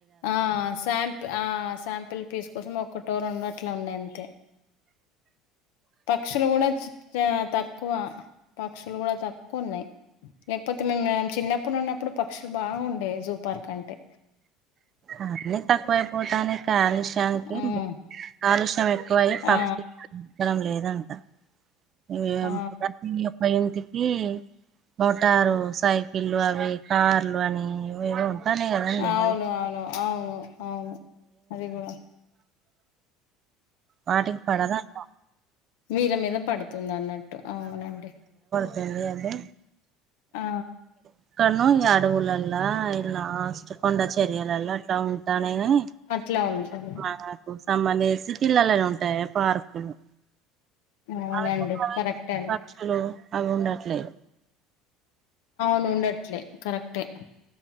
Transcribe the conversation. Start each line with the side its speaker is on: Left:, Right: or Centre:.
Left: ఆ శాంప్ ఆ శాంపిల్ పిస్ కోసం ఒక్కటో రెండొ అట్లా ఉన్నాయ్ అంతే పక్షులు కూడా య తక్కువ పక్షులు కూడా తక్కువ ఉన్నాయి లేకపోతే మేము ఆ చిన్నప్పుడు ఉన్నప్పుడు పక్షులు బాగుఉండేవి జూ పార్క్ అంటే
Right: అవి తక్కువైపోతానై కాలుష్యానికి
Left: హ్మ్
Right: కాలుష్యం ఎక్కువయ పక్షులు
Left: ఆ
Right: ఉండడం లేదు ఇదంతా ఎ యిం
Left: ఆ
Right: ప్పై మీ అబ్బాయి ఇంటికి మోటారు సైకిళ్ళు అవి కార్లు అని ఏదో ఉంటానేగా
Left: అవును
Right: మరి
Left: అవును అవును అవును అది గుడా
Right: వాటికి పడదాంటావ్
Left: మీద మీద పడుతుంది అన్నట్టు ఆ అవునండి
Right: గన్ని అంటే
Left: ఆ
Right: ఎక్కనో ఈ అడవులలా ఇలా లాస్ట్ కొండ చర్యలాల అట్లా ఉంటా నైన్యి
Left: అట్లా ఉంటుంది
Right: మాకోస అమ్మనే సిటీలలో ఉంటాయి పార్కులు
Left: అవునండి
Right: అవి
Left: కరెక్ట్ అండి
Right: పక్షులు అవి ఉండట్లేదు
Left: అవును ఉండట్లే కరెక్టే